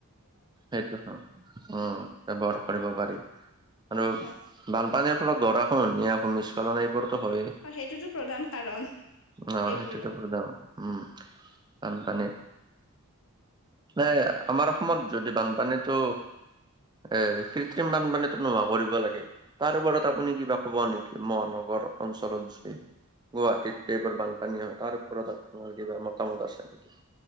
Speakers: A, on the right; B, on the left.
A: সেইটো উম,
B: হয়
A: ব্যৱহাৰ কৰিব পাৰি। আৰু
B: হয়
A: বানপানীৰ ফলত গৰাখহনীয়া, ভূমিস্খলন এইবোৰ। হয়
B: সেইটোতো প্ৰধান কাৰণ
A: ন
B: সেইবোৰো
A: সেইটোটো প্ৰধান। উম, বানপানীত নাই আমাৰ অসমত যদি বানপানীতটো এ, কৃত্ৰিম বানপানীতো নোহোৱা কৰিব লাগে, তাৰ ওপৰত আপুনি কিবা ক'ব নেকি মহানগৰ। অঞ্চলত যি গুৱাহাটীত এইবোৰ বানপানী হয় তাৰ ওপৰত। তোমাৰ কিবা মতামত আছে নেকি।